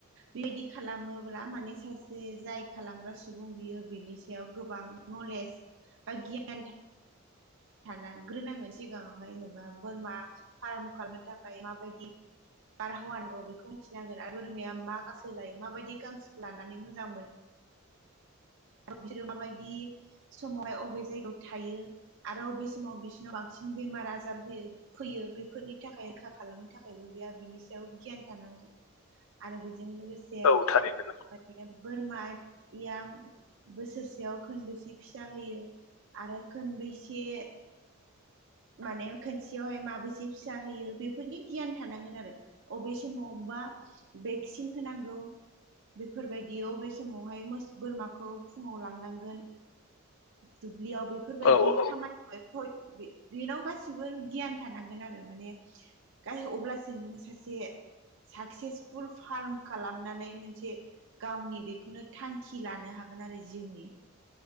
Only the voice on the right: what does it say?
बेबायदि खालामोब्ला माने सासे जाय खालामग्रा सुबुं बियो बिनि सायाव गोबां नलेज बा गियान था थाना ग्रोनांगोन सिगाङावहाय जेनेबा बोरमा फार्म खालामनो थाखाय माबायदि बारहावागौ बेखौ मिथिनांगोन आरो बोरमाया मा गांसो लायो माबायदि गांसोखौ लानानै मोजां मोनो आरो बिसोरो माबायदि समावहाय अबे जायगायाव थायो। आरो बबे समाव बिसोरनाव बांसिन बेमार आजार होयो‌ फैयो बेफोरनि थाखाय रैखा खालामनो थाखायबो बेहा बिनि सायाव गियान थानांगोन। आरो बेजों लोगोसे माने
बोरमा या बोसोरसेयाव खोनबेसे फिसा होयो आरो खोनबेसे माने खोनसेयावहाय माबोरैसे फिसा होयो बेफोरनि गियान थानांगोन आरो। अबे समाव बा भेक्सिन होनांगौ। बेफोर बायदियाव अबे समावहाय बोरमाखौ फुङाव लांनांगोन। दुब्लियाव बेफोर बायदि
खामानियाव <unintelligible> बे बेनाव गासिबो गियान थानांगोन आरो माने गा अब्लासो नोङो सासे साक्सेसफुल फार्म खालामनानै मोनसे गावनि बेखौनो थांखि लानो हागोन आरो जिउनि